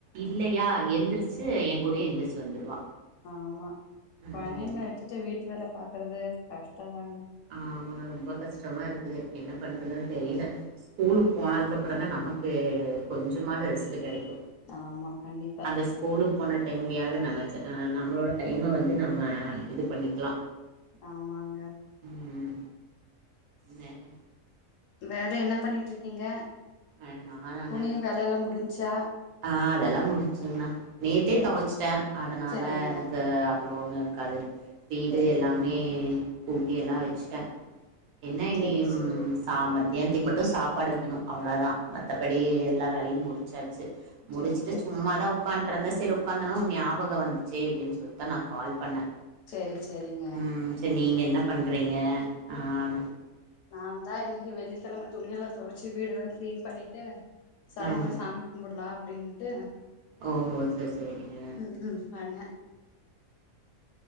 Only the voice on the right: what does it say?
இல்லையா எந்திரிச்சு ஏ கூடயே எந்திரிச்சி வந்துருவா
ம்
என்ன
ஆமாங்க ரொம்ப கஷ்டமா இருக்குது என்ன பண்றதுன் தெரியல ஸ்கூலுக்கு போனதுக்கப்பறந்தா நமக்கு கொஞ்சமாவது ரெஸ்ட்டு கெடைக்கு
அந்த ஸ்கூலுக்கு போன டைம்லயாவது நம்ம ஜா ஆ நம்மளோட டைம வந்து நம்ம இது பண்ணிக்கலா
ம் வேற
அ நானாங்க
ஆ அதெல்லா முடிச்சுங்கண்ணா நேத்தே
தொவச்சிட்டே அதனால
எனக்கு லோன்னு இருக்காது வீடு
எல்லாமே கூட்டி எல்லா வச்சுட்டே என்ன இனி
இம்
ச மத்தியானத்துக்கு மட்டு சாப்பாடு வைக்கணு அவ்வளோ தா மத்தபடி எல்லா வேலையு முடிச்சாச்சு முடிச்சுட்டு
சும்மாதா உக்காட்ருந்த சரி உக்காந்தன்னா உன் ஞாபக வந்துச்சு அப்டின்னு சொல்லிட்டு நா கால் பண்ணே
ம் நீங்க என்ன பண்றீங்க ஆங்
ம்
ஓஹோ சரி சரிங்க